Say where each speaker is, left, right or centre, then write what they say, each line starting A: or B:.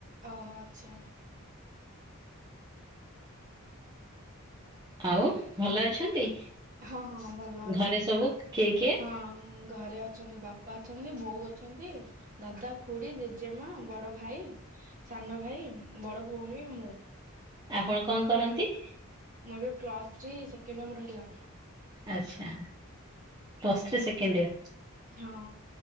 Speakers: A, on the right; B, on the right.
A: ଓହୋ ଆଚ୍ଛା
B: ଆଉ ଭଲ ଅଛନ୍ତି?
A: ହଁ ହଁ ଭଲ ଅଛ
B: ଘରେ ସବୁ କିଏ କିଏ
A: ହଁ ଘରେ ଅଛନ୍ତି ବାପା ବାପା ଅଛନ୍ତି ବୋଉ ଅଛନ୍ତି ଦାଦା ଖୁଡି ଜେଜେମା ବଡ ଭାଇ ସାନ ଭାଇ ବଡ଼ ଭଉଣୀ ମୁଁ
B: ଆପଣ କଣ କରନ୍ତି?
A: ମୁଁ ଏବେ ପ୍ଲସ ଥ୍ରୀ ସେକେଣ୍ଡ୍ ୟିଅ ମୋର ହେଲା।
B: ଆଛା ପ୍ଲସ୍ ଥ୍ରୀ ସେକେଣ୍ଡୟର?
A: ହଁ